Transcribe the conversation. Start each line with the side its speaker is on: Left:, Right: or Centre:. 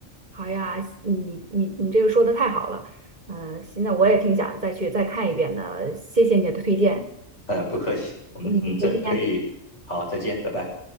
Right: 好呀，你你你这个说的太好了，呃，现在我也挺想再去再看一遍的，谢谢你的推荐，
Left: 呃，不客气，我们嗯，
Right: 嗯，
Left: 再可以，
Right: 再见。
Left: 好，再见，拜拜。